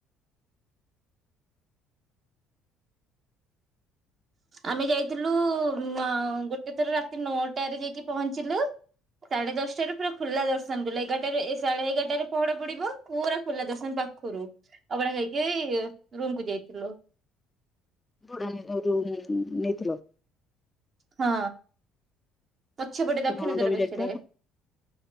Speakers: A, on the right (about 45°); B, on the left (about 15°).
A: ଆମେ ଯାଇଥିଲୁ ଅ ଗୋଟେ ଥର ରାତି ନଅଟାରେ ଯାଇକି ପହଞ୍ଚିଲୁ। ସାଢେ ଦଶଟାରୁ ପୁରା ଖୁଲା ଦର୍ଶନ କଲୁ ଏଗାରଟାରେ ଏ ସାଢେ ଏଗାରଟାରେ ପହଡ ପଡିବ। ପୁରା ଖୋଲା ଦର୍ଶନ ପାଖରୁ ଅଭଡ଼ା ନେଇକି ରୁମକୁୁ ଯାଇଥିଲୁ।
B: ଅଭଡ଼ା <unintelligible> ରୁମ୍ ନେଇଥିଲ?
A: ହଁ ପଛପଟେ
B: ତୋ
A: ଦକ୍ଷିଣ
B: ନଣନ୍ଦ
A: ଦ୍ୱାର
B: ବି
A: ପାଖେରେ।
B: ଯାଇଥିଲା ନା?